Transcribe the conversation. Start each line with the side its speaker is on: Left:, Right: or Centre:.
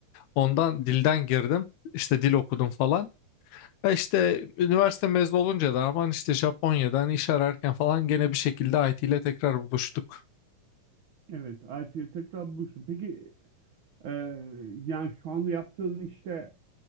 Left: Ondan dilden girdim işte dil okudum falan. Ya işte üniversite mezunu olunca da aman işte Japonya'dan iş ararken falan gene bir şekilde IT ile tekrar buluştuk.
Right: Evet, IT'ye tekrar buluştum. Peki e, yani şu anda yaptığın işte